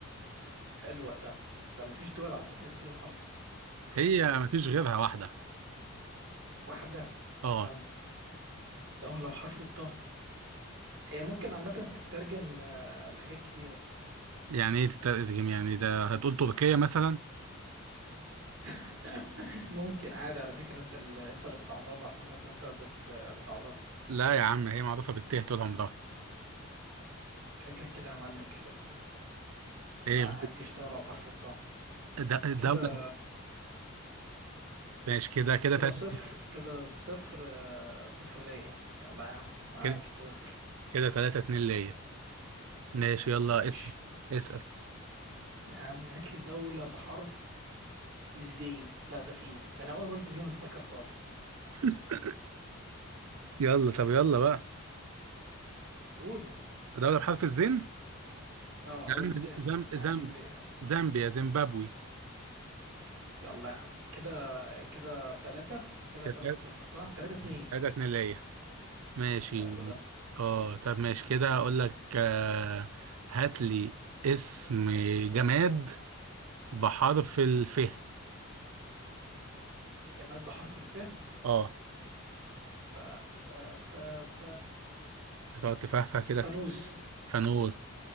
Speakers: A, on the right; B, on the right.
A: حلو ده ده مفيش دول على فكرة كتير بحرف الطاء بحرف
B: هي
A: الطاء
B: مفيش غيرها واحدة
A: واحدة
B: اه
A: ده دولة بحرف الطاء هي ممكن عامة تترجم آه، لحاجات كتيرة
B: يعني ايه تترجم يعني ده هتقول تركيا مثلا
A: <laughs> ممكن عادي على فكرة انت اللي انت اللي بتعربها حسب ما انت بت... بتعربها
B: لا يا عم هي معروفة بالته طول عمرها
A: شكلك كده يا معلم كسبت
B: ايه
A: ما عنديش دولة بحرف الطاء
B: د-
A: كده
B: دولة ماشي كده كده
A: كده
B: تلاتة
A: صفر كده صفر آه، صفر ليا يلا يا عم معاك
B: كده
A: صفر
B: كده تلاتة اتنين ليا ماشي يلا
A: ماشي
B: اسأل اسأل
A: يا عم هات لي دولة بحرف الزين لا ده فيه ده انا اول ما قلت زين افتكرته اصلا
B: <laughs> يلا طب يلا بقى
A: قول
B: دولة بحرف الزين
A: اه
B: يا
A: او
B: عم
A: الزين
B: زم
A: قال
B: زم زامبيا زيمبابوي
A: يلا يا عم كده كده تلاتة كده
B: كده
A: تلاتة صفر صح تلاتة اتنين
B: تلاتة اتنين ليا ماشي
A: حلو ده
B: اه طب ماشي كده اقول لك آه هات لي اسم جماد بحرف الف
A: جماد بحرف الف
B: اه
A: ف ف ف ف
B: تقعد تفهفه كده
A: فانوس
B: كتير فانوس